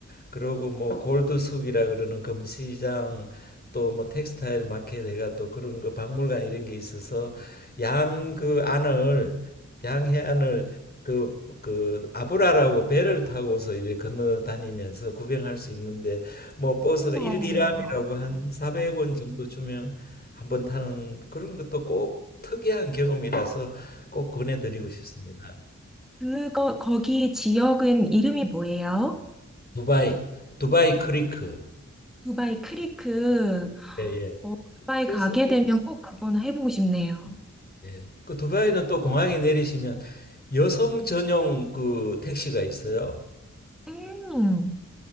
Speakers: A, on the left; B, in the centre.
A: 그리고 뭐 골드숙이라 그러는 금시장 또 뭐 텍스타일 마켓에가 또 그런 거 박물관 이런 게 있어서 양 그 안을 양해안을 그 그 아브라라고 배를 타고서 이렇게 건너 다니면서 구경할 수 있는데 뭐 버스가
B: 우와.
A: 일디람이라고 한 400원 정도 주면 한번 타는 그런 것도 꼭 특이한 경험이라서 꼭 권해드리고 싶습니다.
B: 그거, 거기 지역은 이름이 뭐예요?
A: 두바이, 두바이 크리크.
B: 두바이 크리크.
A: 예, 예.
B: 어, 두바이
A: 그래서
B: 가게
A: 뭐,
B: 되면 꼭 그거는 해보고 싶네요.
A: 예. 그 두바이는 또 공항에 내리시면 여성 전용 그 택시가 있어요.
B: 음.